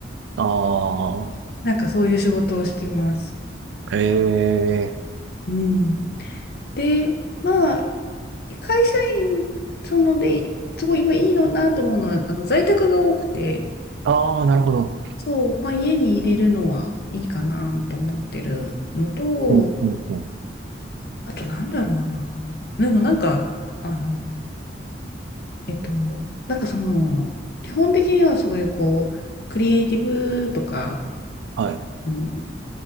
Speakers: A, on the right; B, on the left.
A: あ
B: なんかそういう仕事をしてます。
A: あ、ええ。
B: うん。で、まあ、会社員、そので、すごい今いいのなと思うのは、あの、在宅が多くて、
A: ああ、なるほど。
B: そう、まあ、家に入れるのはいいかなと思ってるのと、
A: うん、うん、うん。
B: あとなんだろうな。でもなんか、あの、えっと、なんかその、基本的にはそういうこう、クリエイティブとか、
A: はい。
B: うん、